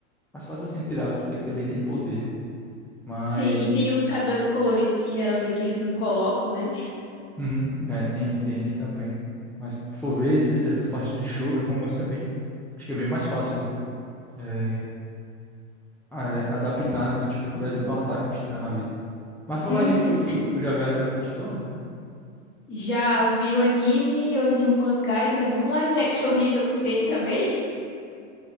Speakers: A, in the centre; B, on the left.
A: Mais fácil assim, tirar, porque também tem poder, né? Mas.
B: Sim, e tem os cabelos coloridos que geralmente eles não colocam, né?
A: Uhum, é, tem, tem isso também. Mas se for ver esse- essas partes de shoujo, romance é bem. Acho que é bem mais fácil é, a- adaptar, né? Do tipo, por exemplo, um Attack on Titan na vida. Mas falar
B: Uhum.
A: isso, tu, tu, tu já viu Attack on Titan?
B: Já eu vi o anime, eu li o mangá, ainda vi um live action horrível que tem também. <laughs>